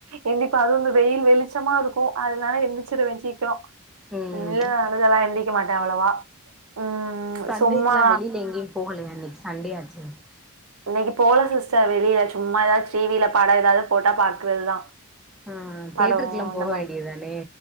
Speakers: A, on the right; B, in the centre.
A: ஏந்திரிப்பே அது இந்த வெயில் வெளிச்சமா இருக்கு அதனால எந்திரிச்சிருவே சீக்கிர
B: ம்
A: இல்ல அழுகலா எந்தி க்க மாட்டே அவ்வளவா ம்
B: சண்டேக்கலா
A: சும்மா
B: வெளியில எங்கியு போகலைய இன்னைக்கு சண்டே ஆச்சே
A: இன்னைக்கு போல சிஸ்டர் வெளியில சும்மா ஏதாவது டி வில பட ஏதாவது போட்டா பாக்குறதுதா
B: ஆ
A: படோ
B: தேட்டருக்கு எல்லா
A: இந்த
B: போக
A: மாரி
B: வேண்டியதுதானே